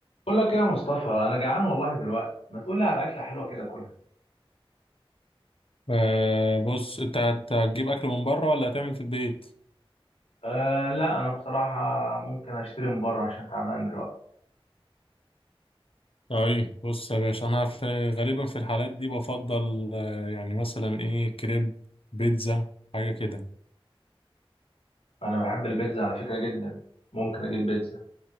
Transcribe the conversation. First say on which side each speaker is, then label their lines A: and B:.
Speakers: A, on the left (about 85°); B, on the left (about 65°).
A: بقول لك ايه يا مصطفى انا جعان والله دلوقتي ما تقول لي على اكله حلوه كده كلها
B: آه بص انت هت- هتجيب اكل من بره ولا هتعمل في البيت
A: أه لا انا بصراحه ممكن اشتري من بره عشان تعبان دلوقتي
B: طيب بص يا باشا انا في غالبا في الحالات دي بفضل آه يعني مثلا ايه كريب بيتزا حاجه كده
A: انا بحب البيتزا على فكره جدا ممكن اجيب بيتزا